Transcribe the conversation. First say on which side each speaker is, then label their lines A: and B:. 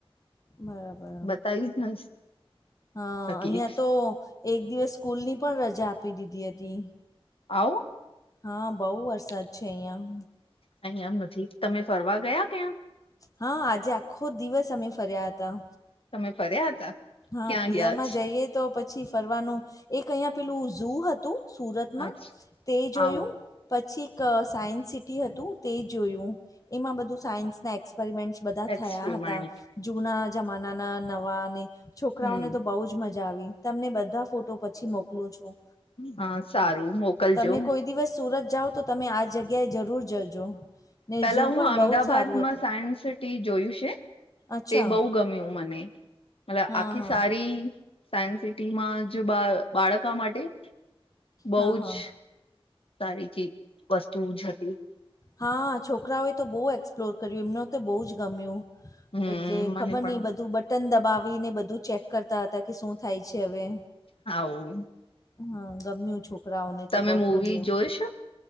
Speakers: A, on the left; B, on the left.
A: બરાબર
B: બતાઈ જ <unintelligible>
A: હા.
B: શકી
A: અહિયાં તો એક દિવસ સ્કૂલની પણ રજા આપી દીધી હતી.
B: આવું?
A: હા બહુ વરસાદ છે અહિયાં.
B: અહીંયા આમ નથી. તમે ફરવા ગયા કે?
A: હા, આજે આખો દિવસ અમે ફર્યા હતા.
B: તમે ફર્યા હતા?
A: હા.
B: ક્યાં
A: પિયર
B: ગયા
A: માં
B: જ
A: જઈએ તો પછી ફરવાનું, એક અહીંયા પેલું ઝુ હતું સુરતમાં,
B: આજ
A: તે જોયું.
B: આવું
A: પછી એક સાયન્સ સિટી હતું તે જોયું. એમાં બધું સાયન્સ ના એક્સપેરિમેન્ટ્સ બધા
B: એક્સપેરિમેન્ટ
A: થયા હતા. જૂના જમાનાના, નવાને, છોકરાઓને
B: હમ
A: તો બહુ જ મજા આવી. તમને બધા ફોટો પછી મોકલું છું.
B: હા સારું મોકલજો.
A: તમે કોઈ દિવસ સુરત જાઓ તો તમે આ જગ્યાએ જરૂર જજો. ને
B: પેલા
A: ઝૂ
B: હું
A: પણ
B: અમદાવાાદમાં
A: બહુ જ સારું હતું
B: સાયન્સ સિટ ટી જોયું છે.
A: અચ્છા
B: તે બહુ ગમ્યું મને. મતલબ
A: હા
B: આખી
A: હા
B: સારી સાયન્સ સિટીમાં જ બા બાળકા માટે બહુ
A: હા હા
B: જ સારી <unintelligible> વસ્તુ જ હતી.
A: હા છોકરાઓએ તો બહુ એક્સપ્લોર કર્યું, એમને તો બહુ જ ગમ્યું.
B: હમ
A: એટલે
B: મને
A: ખબર
B: પણ
A: નહીં બધું બટન દબાવીને બધું ચેક કરતા હતા કે શું થાય છે હવે.
B: હાવ.
A: હા. ગમ્યું છોકરાઓને તો
B: તમે
A: બહુ
B: મૂવી
A: ગમ્યું.
B: જોઈ છો